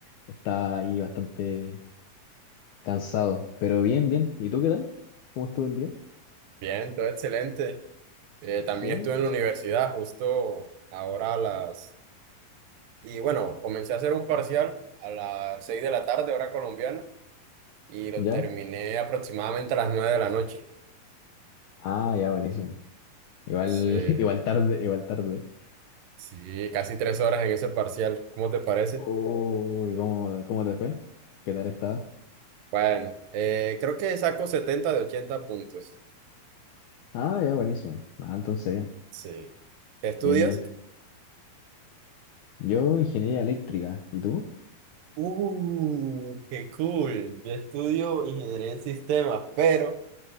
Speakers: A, on the left; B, on the right.
A: estaba ahí bastante cansado. Pero bien, bien. ¿Y tú qué tal? ¿Cómo estuvo el día?
B: Bien, todo excelente. Eh, también
A: ¿Sí?
B: estuve en la universidad justo ahora a las... Y bueno, comencé a hacer un parcial a las 6 de la tarde, hora colombiana, y lo
A: ¿Ya?
B: terminé aproximadamente a las 9 de la noche.
A: Ah, ya, buenísimo. Igual,
B: Sí,
A: <laughs> igual tarde, igual tarde.
B: sí, casi tres horas en ese parcial. ¿Cómo te parece?
A: Uy, ¿cómo, cómo te fue? ¿Qué tal estaba?
B: Bueno, eh, creo que saco 70 de 80 puntos.
A: Ah, ya, buenísimo. Ah, entonces bien,
B: Sí. ¿Qué estudias?
A: bien, bien. Yo, ingeniería eléctrica. ¿Y tú?
B: Uh, qué cool. Yo estudio ingeniería en sistemas, pero